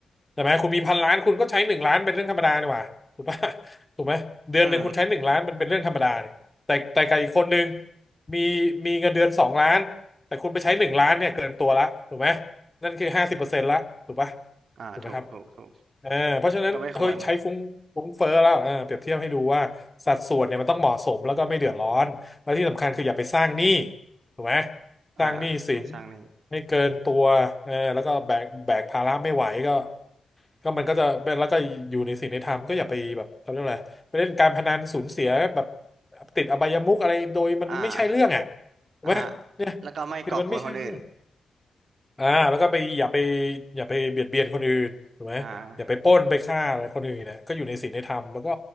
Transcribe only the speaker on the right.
อืม
อ่าถูกถูกถูก
ก็ไม่ควร
อ่า
ไม่สร้างหนี้
อ่า
อ่ะฮะ แล้วก็ไม่ก่อกวนคนอื่น
อ่า